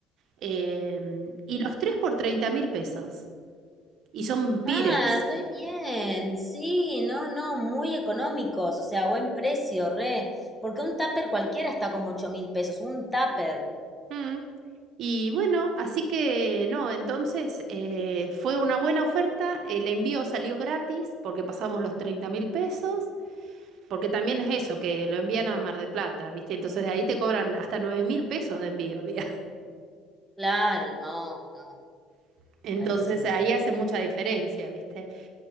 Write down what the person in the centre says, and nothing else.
Ah, re bien, sí, no, no, muy económicos, o sea, buen precio, re, porque un tupper cualquiera está como ocho mil pesos, un tupper,
claro, no, no,
carísimo.